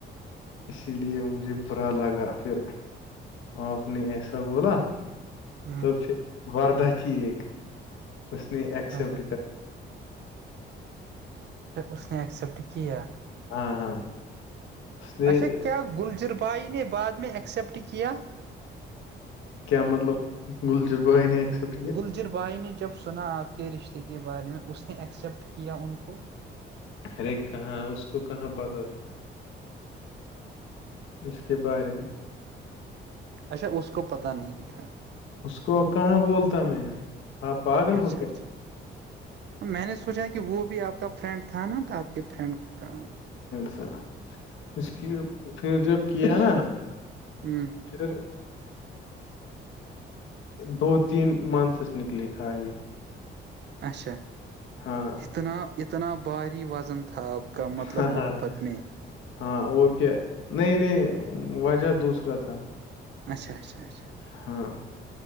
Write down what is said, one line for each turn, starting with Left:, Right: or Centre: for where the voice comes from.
Left: اسی لیے مجھے ب رہ لگا پھر آپ نے ایسا بولا
Right: ہوں
Left: تو پھر وردہ تھییک اس نے اییکسیپٹ
Right: اچھا
Left: کر
Right: اس نے ایکسیپٹ کیا
Left: ہاں ہاں اس نے
Right: اچھا کیا گلجر بائی نے بعد میں ایکسیپٹ کیا
Left: کیا مطلب گلجربہ آا ایسیپٹ
Right: گلجر بھائی نے جب سنا آپ کے رشتے کے بارے میں اس نے ایکسیپٹ کیا ان کو
Left: ارے کہاں اس کو کہاں پتاہ تھا اس کے بارے میں
Right: اچھا اس کو پتہ نہیں تھا
Left: اس کو کہاں بولتا میں آپ پاگل
Right: اچھا
Left: ہو کیا
Right: اچھا ا میں نے سوچا کہ وہ بھی آپ کا فرینڈ تھا نا تو آپ کے فرینڈ کا
Left: س اس کی پھر جو کیا نا
Right: ہوں
Left: پھر دو تین منتھس نکلے خالی
Right: اچھا
Left: ہاں
Right: اتنا اتنا بھاری وزن تھا آپ کا مطلب
Left: ہاں ہاں
Right: محبت میں
Left: ہاں اور کیا نئی نئی وجہ دوسرا تھا
Right: اچھا اچھا اچھا
Left: ہاں